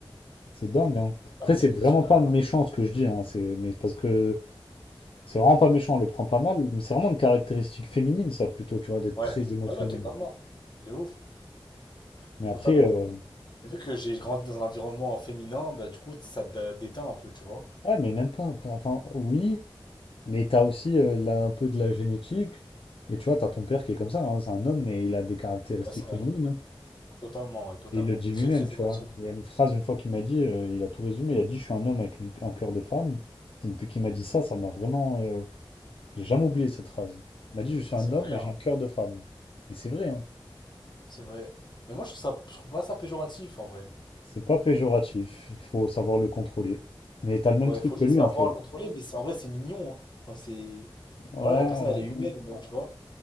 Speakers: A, on the left; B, on the left.
A: C'est dingue, hein. Après,
B: Ah oui,
A: c'est
B: être
A: vraiment
B: rationnel.
A: pas méchant ce que je dis, hein. C'est, mais parce que c'est vraiment pas méchant, on le prend pas mal. Mais c'est vraiment une caractéristique féminine, ça, plutôt, tu vois, d'être
B: Ouais,
A: très émotionnel.
B: ouais, ouais, totalement. De ouf,
A: Mais après,
B: totalement.
A: euh,
B: Et vu que j'ai grandi dans un environnement féminin, bah, du coup, ça te déteint un peu, tu vois.
A: ouais, mais même pas. Enfin, enfin, oui, mais t'as aussi euh, là, un peu de la génétique. Et tu vois, t'as ton père qui est comme ça, hein. C'est un homme, mais il a des caractéristiques
B: Ouais, c'est vrai.
A: féminines. hein.
B: Totalement, ouais, totalement.
A: Et il le dit lui-même,
B: Très, très
A: tu
B: émotif.
A: vois. Il y a une phrase une fois qu'il m'a dit, euh, il a tout résumé, il a dit, je suis un homme avec une- un cœur de femme. Depuis qu'il m'a dit ça,
B: Mmh.
A: ça m'a vraiment... euh, J'ai jamais oublié cette phrase. Il m'a dit, je suis
B: C'est
A: un
B: vrai,
A: homme et
B: hein.
A: j'ai un cœur de femme. Et c'est vrai, hein.
B: C'est vrai. Mais moi, je trouve ça, je trouve pas ça péjoratif, en vrai.
A: C'est pas péjoratif, il faut savoir le contrôler. Mais t'as le même
B: Ouais,
A: truc
B: faut
A: que
B: juste
A: lui,
B: savoir
A: en fait.
B: le contrôler, mais c'est- en vrai, c'est mignon, hein. Enfin, c'est...
A: Ouais,
B: enfin, Voilà, la personne, elle est humaine, au moins, tu vois.